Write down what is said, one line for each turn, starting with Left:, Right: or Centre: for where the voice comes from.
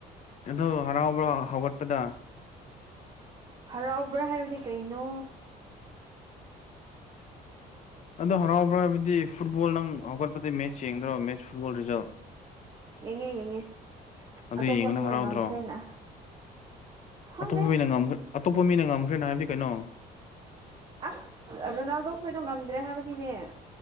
Left: ꯑꯗꯣ ꯍꯔꯥꯎꯕ꯭ꯔꯣ ꯍꯧꯎꯒꯠꯄꯗ
Right: ꯍꯔꯥꯎꯕ꯭ꯔꯥ ꯍꯥꯏꯕꯗꯤ ꯀꯩꯅꯣ
Left: ꯑꯗꯣ ꯍꯔꯥꯎꯕ꯭ꯔꯥ ꯍꯥꯏꯕꯗꯤ ꯐꯨꯠꯕꯣꯜ ꯅꯪ ꯍꯧꯒꯠꯄꯗꯤ ꯃꯦꯠꯁ ꯌꯦꯡꯗ꯭ꯔꯣ ꯃꯦꯠꯁ ꯐꯨꯠꯕꯣꯜ ꯔꯤꯖꯜ
Right: ꯌꯦꯡꯉꯦ ꯌꯦꯡꯉꯦ
Left: ꯑꯗꯨ
Right: ꯑꯇꯣꯞꯄ
Left: ꯌꯦꯡꯕꯗ
Right: ꯃꯤꯅ
Left: ꯍꯔꯥꯎꯗ꯭ꯔꯣ
Right: ꯉꯝꯈ꯭ꯔꯦꯅ ꯈꯪꯗꯦ
Left: ꯑꯇꯣꯞꯄ ꯃꯤꯅ ꯉꯈ꯭ꯔꯦ ꯑꯇꯣꯞꯄ ꯃꯤꯅ ꯉꯝꯈ꯭ꯔꯦꯅ ꯍꯥꯏꯕꯗꯤ ꯀꯩꯅꯣ
Right: ꯑꯁ ꯔꯣꯅꯥꯜꯗꯣ ꯈꯣꯏꯗꯣ ꯉꯝꯗ꯭ꯔꯦ ꯍꯥꯏꯕꯅꯤꯅꯦ